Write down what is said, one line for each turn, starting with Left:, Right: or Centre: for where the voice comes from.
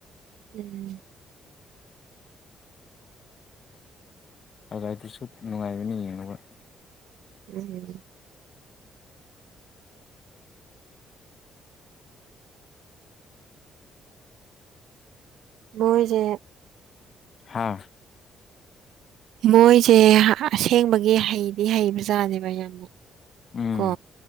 Right: ꯎꯝ
Left: ꯍꯥꯢꯂꯥꯠꯗꯨꯁꯨ ꯅꯨꯡꯉꯥꯏꯕꯅꯤ ꯌꯦꯡꯕ
Right: ꯎꯝ ꯃꯣꯢꯖꯦ
Left: ꯍꯥꯥ
Right: ꯃꯣꯏꯖꯦ ꯑꯁꯦꯡꯕꯒꯤ ꯍꯩꯗꯤ ꯍꯩꯕꯖꯥꯅꯦꯕ ꯌꯥꯝꯅ
Left: ꯎꯝ
Right: ꯀꯣ